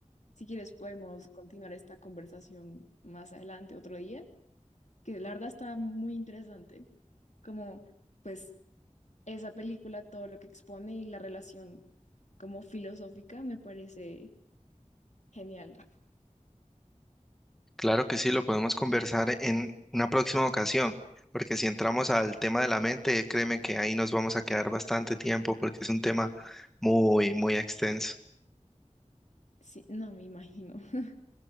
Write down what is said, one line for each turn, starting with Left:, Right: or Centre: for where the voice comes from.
Left: si quieres podemos continuar esta conversación más adelante, otro día. que la verdad está muy interesante, como pues esa película, todo lo que expone y la relación como filosófica me parece genial.
Centre: Claro que sí, lo podemos conversar en una próxima ocasión, porque si entramos al tema de la mente, créeme que ahí nos vamos a quedar bastante tiempo porque es un tema muy, muy extenso.
Left: Sí, no me imagino, <laughs>